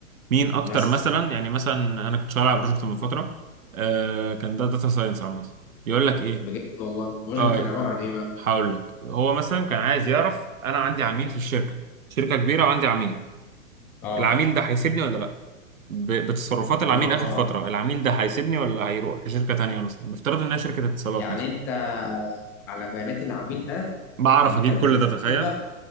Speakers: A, on the right; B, in the centre.
A: مين اكتر
B: مثلا
A: مثلا يعني مثلا انا كنت شغال على بروجكت من فتره آه كان ده داتا ساينس عامه يقول لك ايه
B: بجد والله البروجكت
A: اه
B: كان عباره عن ايه بقى؟
A: هقول لك هو مثلا كان عايز يعرف انا عندي عميل في الشركه شركه كبيره وعندي عميل
B: اه
A: العميل ده هيسيبني ولا لا ب- بتصرفات العميل
B: اه
A: اخر فتره العميل ده هيسيبني ولا هيروح لشركه تانيه مثلا نفترض انها شركه اتصالات
B: يعني
A: مثلا
B: انت على بيانات العميل ده
A: بعرف
B: انت
A: اجيب
B: بتقبل
A: كل ده تخيل